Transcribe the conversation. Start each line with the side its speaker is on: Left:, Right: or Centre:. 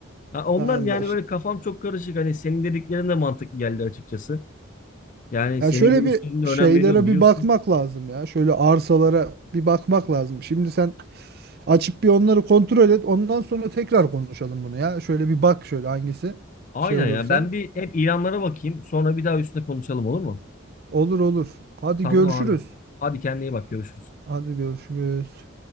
Left: Ha, ondan
Right: Allah.
Left: yani
Right: ş-
Left: böyle kafam çok karışık. Hani senin dediklerin de mantıklı geldi açıkçası. Yani
Right: Ya
Left: senin
Right: şöyle
Left: görüşlerine
Right: bir
Left: de önem
Right: şeylere
Left: veriyorum biliyorsun.
Right: bir bakmak lazım ya. Şöyle arsalara bir bakmak lazım. Şimdi sen açıp bir onları kontrol et. Ondan sonra tekrar konuşalım bunu ya. Şöyle bir bak şöyle hangisi
Left: Aynen
Right: şey olursa.
Left: ya. Ben bir hep ilanlara bakayım. Sonra bir daha üstüne konuşalım olur mu?
Right: Olur olur. Hadi
Left: Tamam
Right: görüşürüz.
Left: abi. Hadi kendine iyi bak. Görüşürüz.
Right: Hadi görüşürüz.